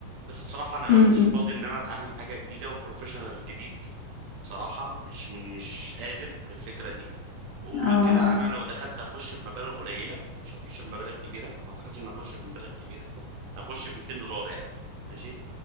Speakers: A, on the right; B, on the left.
A: بس بصراحه انا
B: امم
A: مش فاضي ان انا اتعلم حاجه جديده وبروفيشنال جديد بصراحة مش من مش قادر في الفكرة دي وغير
B: اه آه.
A: كده أنا لو دخلت هخش بمبالغ قليلة مش هخش بمبالغ كبيرة ما أعتقدش إن هخش بمبالغ كبيرة هخش ب 200 دولار يعني ماشي